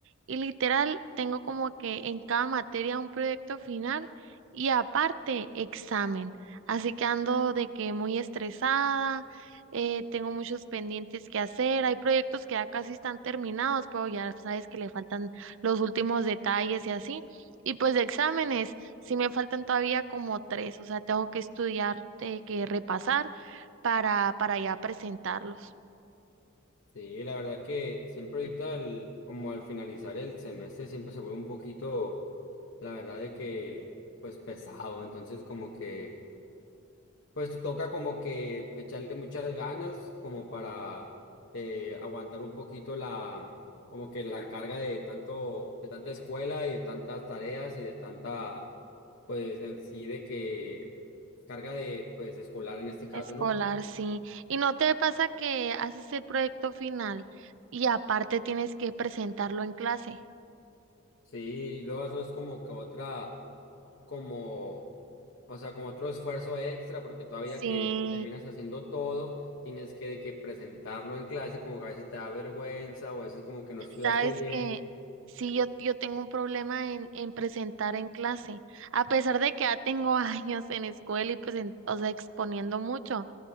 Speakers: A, on the right (about 60°); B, on the left (about 60°).
A: y literal tengo como que en cada materia un proyecto final y aparte examen. Así que ando de que muy estresada, eh, tengo muchos pendientes que hacer, hay proyectos que ya casi están terminados, pero ya sabes que le faltan los últimos detalles y así. Y pues de exámenes, sí me faltan todavía como tres, o sea, tengo que estudiar, eh, que repasar para, para ya presentarlos.
B: Sí, la verdad que siempre ahorita, el- como al finalizar el semestre, siempre se vuelve un poquito, la verdad de que, pues pesado, entonces como que... Pues toca como que echarle muchas ganas como para eh, aguantar un poquito la como que la carga de tanto de tanta escuela y de tantas tareas y de tanta pues en sí de que carga de pues escolar en este caso,
A: Escolar,
B: ¿no?
A: sí. ¿Y no te pasa que haces el proyecto final y aparte tienes que presentarlo en clase?
B: Sí, y luego eso es como que otra como o sea, como otro esfuerzo extra porque todavía
A: Sí,
B: que terminas haciendo todo tienes que, de que presentarlo en clase y como que a veces te da vergüenza o a veces como que no estudiaste
A: sabes
B: bien.
A: que sí, yo, yo tengo un problema en, en presentar en clase, a pesar de que ya tengo <laughs> años en escuela y pues, en- o sea, exponiendo mucho,